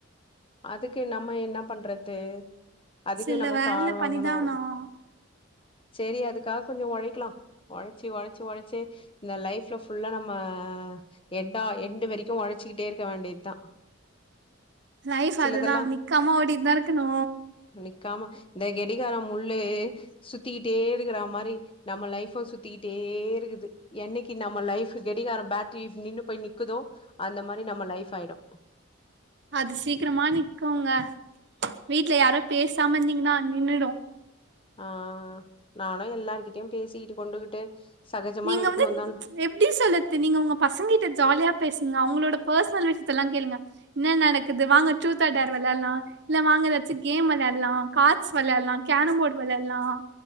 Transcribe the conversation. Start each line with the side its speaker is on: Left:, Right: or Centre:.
Left: அதுக்கு நம்ம என்ன பண்றது அதுக்கு
Right: சில
Left: நம்ம
Right: வேல
Left: கார் வாங்கணும்
Right: பண்ணிதா ஆவனு
Left: சரி அதுக்காக கொஞ்சம் உழைக்கலாம் உழைச்சு உழைச்சு இந்த லைஃப்ல புல்லா நம்ம எண்டா எண்டு வரைக்கும் உழைச்சுக்கிட்டே இருக்க வேண்டியது தான்
Right: லைஃப்
Left: சிலதெல்லாம்
Right: அதுதா நிக்காம ஓடிட்டுதா இருக்கணு
Left: நிக்காம இந்த கடிகாரம் முள் சுத்திக்கிட்டே இருக்கிற மாதிரி நம்ம லைப்ப சுத்திக்கிட்டே இருக்குது என்னைக்கு நம்ம லைஃப் கடிகாரம் பேட்டரி நின்னு போய் நிக்குதோ அந்த மாதிரி நம்ம லைஃப் ஆயிடும்
Right: அது சீக்கிரமா நிக்குகோங்க வீட்டுல யாரோ பேசாம இருந்தீங்கன்னா நின்னுடும்
Left: ஆஹ் நானும் எல்லார்கிட்டயும் பேசிகிட்டு கொண்டுகிட்டு சகஜமா
Right: நீங்க
Left: இருக்கணு
Right: வந்து
Left: தான்
Right: எப்படி சொல்லறது நீங்க உங்க பசங்க கிட்ட ஜாலியா பேச அவங்களோட பெர்சனல் விஷயத்தல்லாம் கேளுங்க என்ன நடக்குது வாங்க ட்ரூத் ஆர் டேர் விளையாடலாம் வங்க வச்சு கேம் விளையாடலாம் கார்ட்ஸ் விளையாடலாம் கேரம்போர்டு விளையாடலாம்